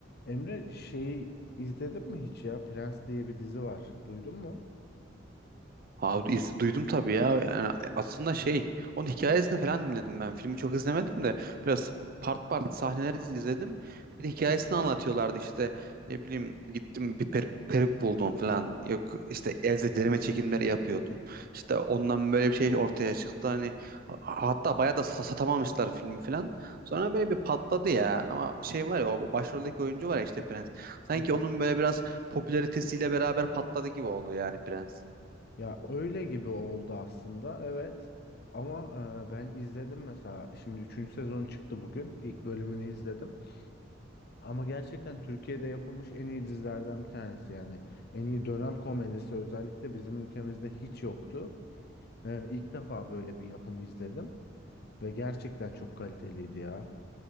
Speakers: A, on the left (about 55°); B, on the right (about 50°).
A: Emre şeyi izledin mi hiç ya? Prens diye bir dizi var. Duydun mu?
B: Abi iz, duydum tabii ya. Yani aslında şey, onun hikayesini falan dinledim ben. Filmi çok izlemedim de biraz part part sahneleri iz- izledim. Bir de hikayesini anlatıyorlardı işte ne bileyim gittim bir per- peruk buldum falan. Yok işte elde derime çekimleri yapıyordum. İşte ondan böyle bir şey ortaya çıktı. Hani ha- hatta bayağı da sa- satamamışlar filmi falan. Sonra böyle bir patladı ya. Ama şey var ya o başroldeki oyuncu var ya işte Prens. Sanki
A: Hı hı.
B: onun böyle biraz popülaritesiyle beraber patladı gibi oldu yani Prens.
A: Ya öyle gibi oldu aslında. Evet. Ama e, ben izledim mesela. Şimdi üçüncü sezon çıktı bugün. İlk bölümünü izledim. Ama gerçekten Türkiye'de yapılmış en iyi dizilerden bir tanesi yani. En iyi dönem komedisi özellikle bizim ülkemizde hiç yoktu. E, ilk defa böyle bir yapım izledim. Ve gerçekten çok kaliteliydi ya.